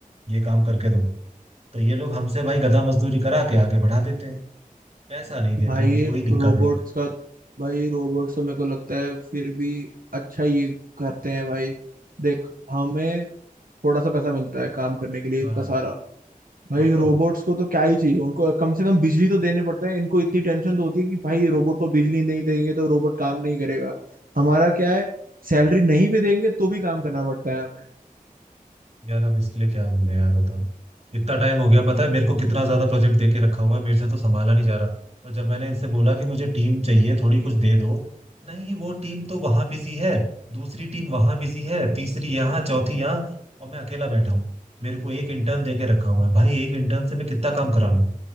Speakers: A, on the right (about 45°); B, on the right (about 75°).
A: ये काम करके दो तो ये लोग हमसे भाई गधा मजदूरी करा के आगे बढ़ा देते हैं पैसा नहीं देते
B: भाई
A: बस वही दिक्कत
B: रोबोट्स
A: है
B: का भाई रोबोट्स तो मेरे को लगता है फिर भी अच्छा ये करते हैं भाई देख हमें थोड़ा सा पैसा मिलता है काम करने के लिए
A: हाँ
B: इतना सारा भाई
A: वही
B: रोबोट्स
A: तो
B: को तो क्या ही चाहिए उनको कम से कम बिजली तो देने पड़ता है इनको इतनी टेंशन तो होती है कि भाई रोबोट को बिजली नहीं देंगे तो रोबोट काम नहीं करेगा हमारा क्या है सैलरी नहीं भी देंगे तो भी काम करना पड़ता है हमें
A: यार अब इसलिए क्या बोले यार बताओ इतना टाइम हो गया पता है मेरे को कितना ज्यादा प्रोजेक्ट दे के रखा हुआ है मेरे से तो संभाला नहीं जा रहा और जब मैंने इनसे बोला कि मुझे टीम चाहिए थोड़ी कुछ दे दो नहीं वो टीम तो वहां बिजी है दूसरी टीम वहां बिजी है तीसरी यहाँ चौथी यहाँ और मैं अकेला बैठा हूँ मेरे को एक इंटर्न दे के रखा हुआ है भाई एक इंटर्न से मैं कितना काम करा लूँ